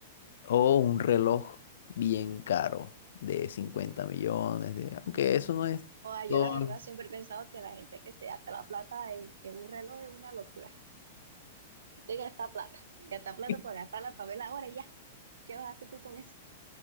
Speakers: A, on the left (about 70°); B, on the right (about 75°).
A: O un reloj bien caro de 50 millones, de, aunque eso no es
B: Joda, yo
A: todo.
B: la verdad siempre he pensado que la gente que se gasta la plata en, en un reloj es una locura. Se gasta plata, gasta plata
A: <laughs>
B: por gastarla para verla ahora y ya. ¿Qué vas a hacer tú con eso?